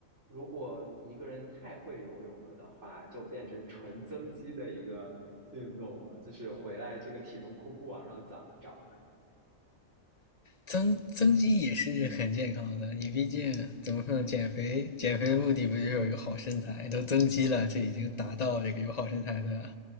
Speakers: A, on the right; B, on the left.
A: 如果一个人太会游泳了的话，就变成纯增肌的一个运动了，就是回来这个体重库库往上涨涨。
B: 增增肌也是很健康的，你毕竟怎么说呢，减肥减肥的目的不就是有一个好身材？都增肌了，这已经达到这个有好身材的